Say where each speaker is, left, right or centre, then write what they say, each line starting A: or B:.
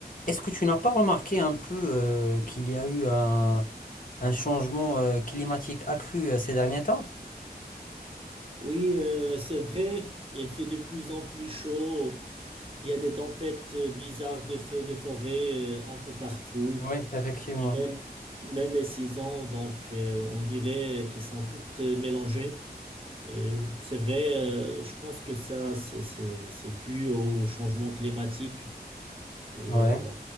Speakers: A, on the left (about 55°); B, on the right (about 35°).
A: Est-ce que tu n'as pas remarqué un peu euh, qu'il y a eu un, un changement euh, climatique accru euh, ces derniers temps?
B: Oui, euh, c'est vrai, il fait de plus en plus chaud. Il y a des tempêtes euh, bizarres de feux de forêt euh, un peu partout,
A: Oui, effectivement.
B: même, même les saisons. Donc, euh, on dirait qu'elles sont toutes euh, mélangées. Euh, c'est vrai, euh, je pense que ça, c'est, c'est, c'est dû au changement climatique. Et,
A: Ouais,
B: euh,